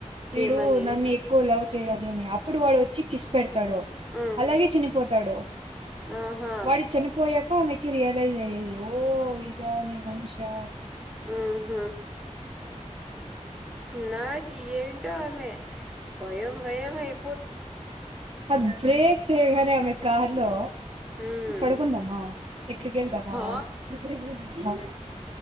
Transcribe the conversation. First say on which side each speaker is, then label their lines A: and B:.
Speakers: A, on the right (about 50°); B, in the centre.
A: వీడు
B: ఏమని
A: నన్ను ఎక్కువ లవ్ చేయాలి అని అప్పుడు వాడు వచ్చి కిస్ పెడతాడు
B: హ్మ్
A: అలాగే చనిపోతాడు
B: ఆహా
A: వాడిచ్చను పోయాక ఆమెకి ఇల ఇదా ఇది ఓహ ఇద ని మనుషా అది
B: ఆ హ నాగ ఏంటో ఆమెమె భయం భయంమ అయి
A: అది బ్రేక్ చేయగానే ఆమె కార్ లో
B: హ్మ్
A: పడుకుందామా ఎక్కడికి వెళ్దామా
B: ఆ
A: ఎక్కడిదా